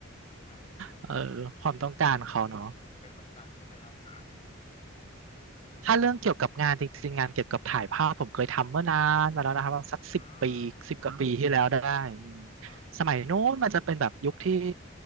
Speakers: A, on the left; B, on the right.
A: ฮะ
B: เออความต้องการเขาเนาะ
A: เป็นเหมือนกันใช่ไหมครับ <laughs>
B: ถ้าเรื่องเกี่ยวกับงานจริงๆงานเกี่ยวกับถ่ายภาพผมเคยทำเมื่อนานมาแล้วนะครับสักสิบปีสิบกว่าปีที่แล้วได้อืม
A: อืมอืม
B: สมัยนู้นมันจะเป็นแบบยุคที่